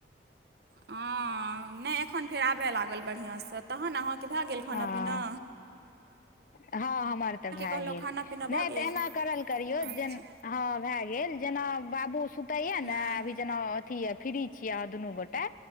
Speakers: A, on the right; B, on the left.
A: हँ नै एखन फेर आबय लागल बढ़िआ सँ तहन अहाँके भए गेल खाना-पीना।
B: हँ हँ हमर तऽ भए
A: कहलहुँ
B: गेल,
A: खाना पीना
B: नहि
A: भऽ गेल
B: तऽ एना करल करियौ
A: अच्छा
B: जेन हँ भए गेल जेना बाबू सुतैया
A: हँ
B: ने अभी जेना अथी य फ्री छियै आहाँ दुनू गोटा